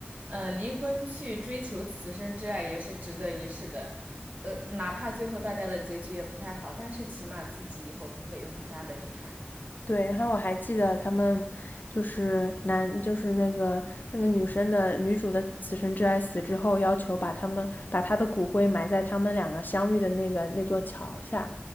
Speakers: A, on the right (about 40°); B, on the left (about 50°).
A: 呃，离婚去追求此生之爱也是值得一试的。呃，哪怕最后大家的结局也不太好，但是起码自己以后不会有很大的遗憾。
B: 对，然后我还记得他们就是男，就是那个那个女生的女主的此生挚爱死之后，要求把他们把她的骨灰埋在他们两个相遇的那个那座桥下。